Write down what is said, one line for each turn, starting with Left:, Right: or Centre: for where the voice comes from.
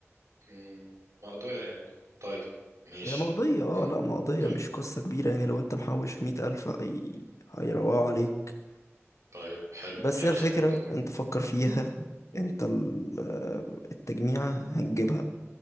Right: مم، مقدرة يعني طيب ماشي
Left: هي مقضية اه لا مقضية
Right: طيب
Left: مش قصة كبيرة يعني لو انت محوش مية ألف هي... هيروقوا عليك
Right: طيب حلو
Left: بس
Right: يعني
Left: هي الفكرة
Right: عشان برضه أكون
Left: انت فكر فيها انت ال- التجميعة هتجيبها